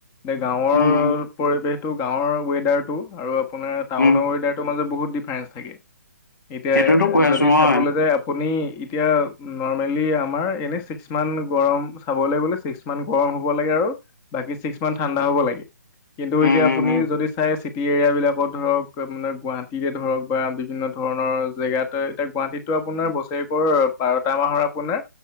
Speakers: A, on the left; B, on the left.
A: যে গাঁৱৰ
B: উম
A: পৰিৱেশটো গাঁৱৰ ৱেডাৰটো আৰু আপোনাৰ টাউনৰ
B: উম
A: ৱেডাৰটোৰ মাজত বহুত ডিফাৰেঞ্চ থাকে। এতিয়া
B: সেইটোতো কৈ
A: যদি
B: আছো মই
A: চাবলৈ যায় আপুনি এতিয়া নৰ্মেলি আমাৰ এনে ছিক্স মান গৰম চাবলৈ গ'লে ছিক্স মান গৰম হ'ব লাগে আৰু বাকী ছিক্স মান ঠাণ্ডা হ'ব লাগে কিন্তু এতিয়া
B: উম
A: আপুনি
B: উম উম
A: যদি চাই টী এৰিয়াবিলাকত ধৰক মানে গুৱাহাটীকে ধৰক বা বিভিন্ন ধৰণৰ জেগাত টো এতিয়া গুৱাহাটীতো আপোনাৰ বছেৰেকৰ বাৰটা মাহৰ আপোনাৰ